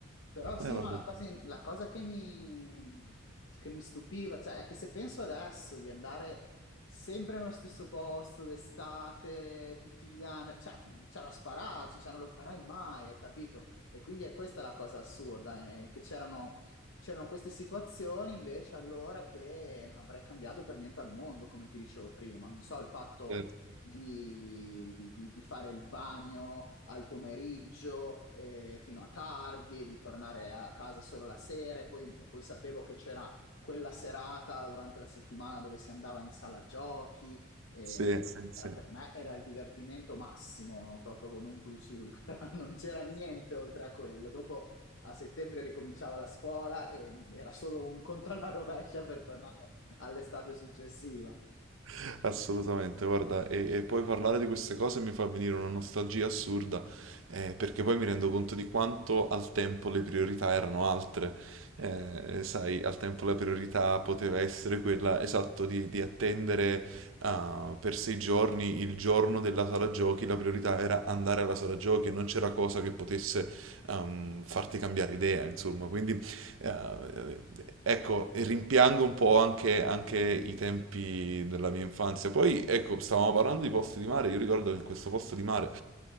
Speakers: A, on the left; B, on the right.
A: Però sì,
B: Eh, vabbè.
A: no, la cosa, la cosa che mi, che mi stupiva, cioè, è che se penso adesso di andare sempre nello stesso posto d'estate, tutti gli anni, cioè, c'è da spararsi, cioè, non lo farai mai, hai capito? E quindi è questa la cosa assurda, eh, che c'erano c'erano queste situazioni invece allora che non avrei cambiato per niente al mondo, come ti dicevo prima. Non so, il fatto
B: Eh,
A: di, di- di- di fare il bagno al pomeriggio eh, fino a tardi, di tornare a casa solo la sera e poi, e poi sapevo che c'era quella serata durante la settimana dove si andava in sala giochi. E,
B: Sì, sì, sì.
A: era per me era il divertimento massimo, no? proprio con un plus ultra, <laughs> non c'era niente oltre a quello. Dopo a settembre ricominciava la scuola e era solo un conto alla rovescia per tornare all'estate successiva.
B: <laughs> Assolutamente, guarda, e, e poi parlare di queste cose mi fa venire una nostalgia assurda, eh, perché poi mi rendo conto di quanto al tempo le priorità erano altre. Eh, sai, al tempo la priorità poteva essere quella, esatto, di, di attendere ah, per sei giorni il giorno della sala giochi, la priorità era andare alla sala giochi e non c'era cosa che potesse ehm, farti cambiare idea, insomma, quindi eh, ecco, rimpiango un po' anche, anche i tempi della mia infanzia. Poi, ecco, stavamo parlando di posti di mare. Io ricordo che in questo posto di mare,